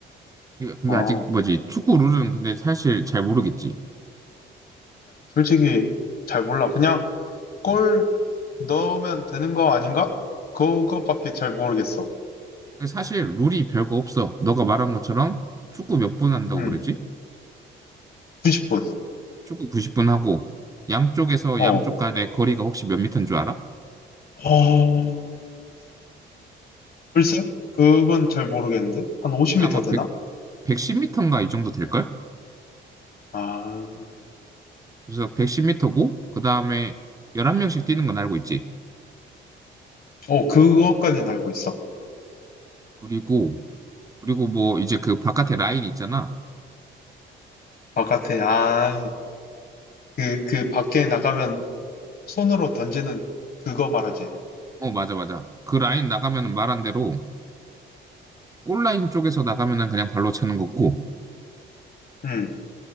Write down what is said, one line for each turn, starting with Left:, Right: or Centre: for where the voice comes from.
Right: 이거 근데
Left: 어,
Right: 아직 뭐지 축구 룰은 근데 사실 잘 모르겠지.
Left: 솔직히 잘 몰라. 그냥 골
Right: 음.
Left: 넣으면 되는 거 아닌가? 그것밖에 잘 모르겠어.
Right: 근데 사실 룰이 별거 없어. 너가 말한 것처럼 축구 몇 분 한다고
Left: 응,
Right: 그랬지?
Left: 90분.
Right: 축구 90분 하고 양쪽에서
Left: 어.
Right: 양쪽 간의 거리가 혹시 몇 미터인 줄 알아?
Left: 어, 글쎄? 그건 잘 모르겠는데? 한 50m
Right: 그게 아마
Left: 되나?
Right: 100, 110미터인가 이 정도 될걸?
Left: 아,
Right: 그래서 110미터고 그다음에 11명씩 뛰는 건 알고 있지.
Left: 어, 그것까지는 알고 있어.
Right: 그리고 그리고 뭐 이제 그 바깥에 라인 있잖아.
Left: 바깥에, 아, 그, 그 밖에 나가면 손으로 던지는 그거 말하지.
Right: 어, 맞아, 맞아. 그 라인 나가면은 말한 대로 골라인 쪽에서 나가면은 그냥 발로 차는 거고
Left: 응,